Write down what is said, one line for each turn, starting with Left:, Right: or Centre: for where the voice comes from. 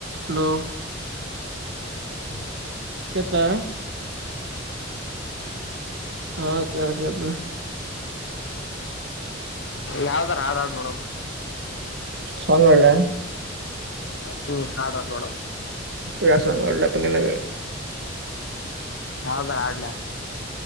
Right: ಹಲೋ
Left: ಹಲೋ
Right: ಕೆತ್ಲಾ ಹಾ ಕ ಕರು <unintelligible>
Left: ಯಾವ್ದರ ಹಾಡಾಡ್ ನೋಡಮ.
Right: ಸಾಂಗ್ ಹಾಡು ಲೆ
Left: ಹ್ಮ್ ಹಡ ತಡ
Right: ಯಾವ ಸಾಂಗ್ ಹಾಡಲೆಪಾ ನಿನಗ.
Left: ಯಾವುದರ ಹಾಡಲಾ